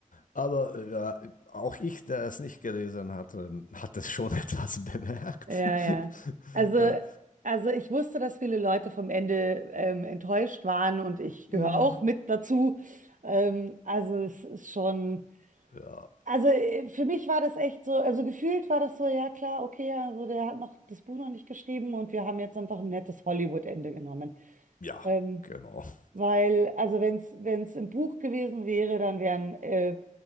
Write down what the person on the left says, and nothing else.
aber äh, ja, auch ich, der es nicht gelesen hatte, hat es schon <laughs> etwas bemerkt.
<laughs>
Äh,
hm.
Ja,
ja,
genau. <laughs>